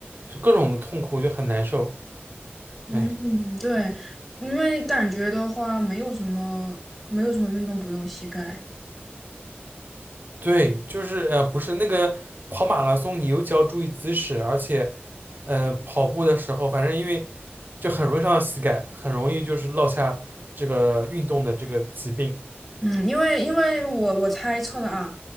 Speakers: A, on the right (about 50°); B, in the centre.
A: 就各种痛苦，就很难受。
B: 嗯，
A: 哎，
B: 对，因为感觉的话，没有什么，没有什么运动不用膝盖。
A: 对，就是呃，不是那个跑马拉松，你尤其要注意姿势，而且呃，跑步的时候，反正因为就很容易伤到膝盖，很容易就是落下这个运动的这个疾病。
B: 嗯，因为因为我我猜测的啊，